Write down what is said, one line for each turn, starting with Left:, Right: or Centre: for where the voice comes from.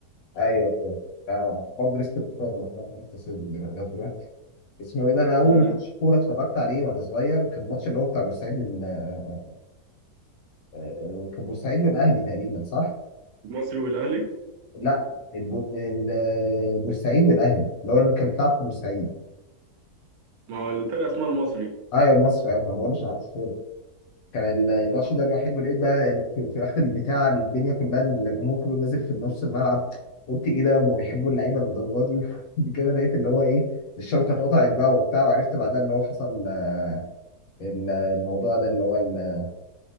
Left: ايوه ايوه لا، لا، برضه لسه بتفاهم انا لسه سيدي لغايه دلوقتي اسمه ايه ده انا اول
Right: أمم،
Left: ماتش كوره اتفرجت عليه وانا صغير كان الماتش اللي هو بتاع بورسعيد وال آه، آه، آه، كان بورسعيد والاهلي تقريبا صح؟
Right: المصري والاهلي
Left: لا الب- ال- آه، بورسعيد والاهلي اللي هو اللي كان بيلعب في بورسعيد
Right: ما هو الفرقه اسمها المصري
Left: ايوه مصر انا ما بقولش عارف كان الماتش
Right: آه،
Left: ده الوحيد ولقيت بقى في, في اخر البتاع الدنيا كلها إن الجمهور كله نازل في نص الملعب قلت ايه ده هما بيحبوا اللعيبه للدرجه دي <laughs> وبعد كده لقيت اللي هو ايه الشبكه اتقطعت بقى وبتاع وعرفت بعدها اللي هو حصل آه، ال- الموضوع ده اللي هو ال-